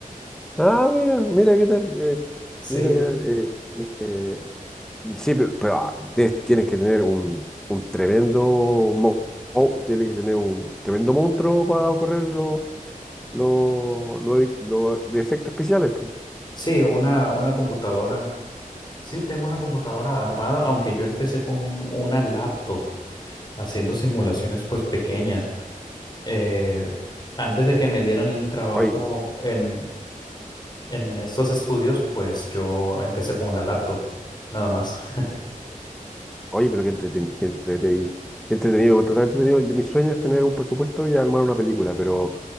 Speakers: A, in the centre; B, on the left.
A: Ah, mira, mira qué tal, eh,
B: Sí.
A: mira qué tal. eh, eh, sí, pero, pero, ah, te- tienes que tener un, un tremendo, mo- mo- tienes que tener un tremendo monstruo para correr los los los los de efectos especiales. pues.
B: Sí, una, una computadora. Sí, tengo una computadora armada, aunque yo empecé con un- una laptop haciendo simulaciones pues pequeñas. Eh, antes de que me dieran el trabajo
A: Oye,
B: en, en estos estudios, pues yo empecé con una laptop, nada más. <laughs>
A: Oye, pero qué entreten- qué entreten- qué entretenido, qué entretenido, entretenido. Yo- Mi sueño es tener un presupuesto y armar una película, pero